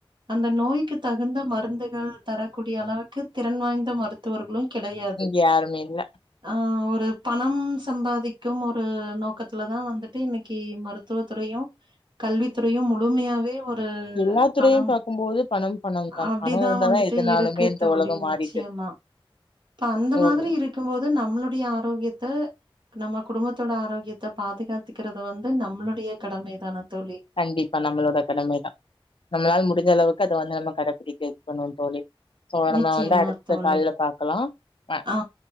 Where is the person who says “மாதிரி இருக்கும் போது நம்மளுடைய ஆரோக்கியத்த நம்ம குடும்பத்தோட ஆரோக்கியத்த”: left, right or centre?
Right